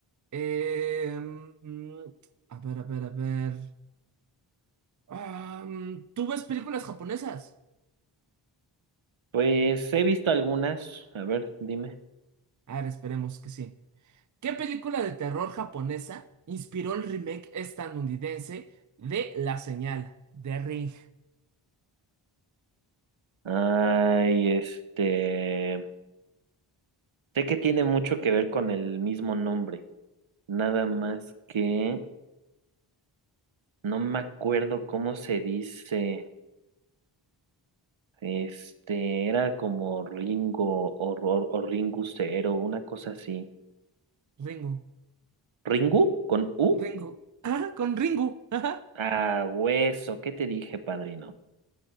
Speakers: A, on the right (about 40°); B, on the right (about 70°).
A: eh, mm, a ver, a ver, a ver. Ah, mm, ¿tú ves películas japonesas?
B: Pues he visto algunas, a ver, dime.
A: A ver, esperemos que sí. ¿Qué película de terror japonesa inspiró el remake estadounidense de La Señal, de Ring,
B: Ay, este, sé que tiene mucho que ver con el mismo nombre, nada más que no me acuerdo cómo se dice. Este, era como Ringo o, o, o Ringu Cero, una cosa así.
A: Ringo,
B: ¿Ringu? ¿Con U?
A: Ringo? Ah, <laughs> con Ringo. ajá.
B: Ah, hueso, ¿qué te dije, padrino?